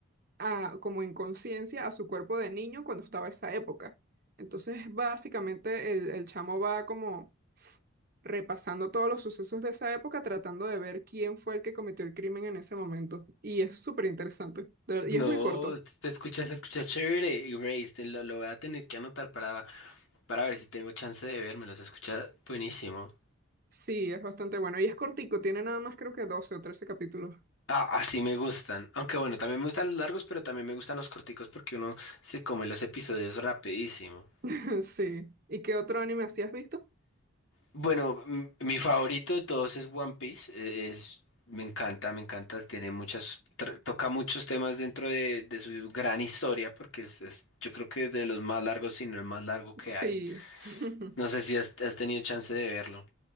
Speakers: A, on the right; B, on the left.
A: a, como en conciencia a su cuerpo de niño cuando estaba esa época. Entonces básicamente el, el chamo va como repasando todos los sucesos de esa época, tratando de ver quién fue el que cometió el crimen en ese momento. Y es súper interesante. de ver-
B: No,
A: Y es muy corto.
B: te escuchas, se escucha chévere, Erased, lo, lo voy a tener que anotar para, para ver si tengo chance de verme, se escucha buenísimo.
A: Sí, es bastante bueno. Y es cortico, tiene nada más creo que doce o trece capítulos.
B: Ah, así me gustan. Aunque bueno, también me gustan los largos, pero también me gustan los corticos porque uno se come los episodios rapidísimo.
A: <laughs> Sí. ¿Y qué otro anime así has visto?
B: Bueno, m- mi favorito de todos es One Piece. eh, Es, me encanta, me encanta. Tiene muchas, tr- toca muchos temas dentro de, de su gran historia porque es, es- yo creo que de los más largos, si no el más largo que
A: Sí.
B: hay.
A: <laughs>
B: No sé si has, has tenido chance de verlo.